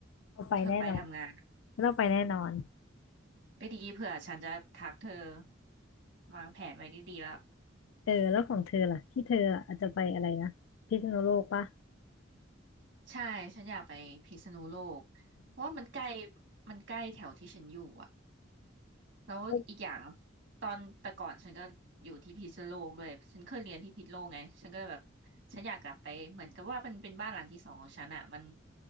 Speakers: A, on the left; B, on the right.
A: เราไปแน่นอน
B: เธอไปทำงานอะ
A: เราไปแน่นอน
B: อืมก็ดีเผื่อฉันจะทักเธอวางแผนไว้ดีๆแล้ว
A: เออแล้วของเธอล่ะที่เธออาจจะไปอะไรนะพิษณุโลกปะ
B: ใช่ฉันอยากไปพิษณุโลกเพราะว่ามันใกล้มันใกล้แถวที่ฉันอยู่อ่ะแล้วอีกอย่าง
A: แล้ว
B: ตอนแต่ก่อนฉันก็อยู่ที่พิษณุโลกด้วยฉันเคยเรียนที่พิษณุโลกไงฉันก็เลยแบบฉันอยากกลับไปเหมือนกับว่ามันเป็นบ้านหลังที่สองของฉันอ่ะมัน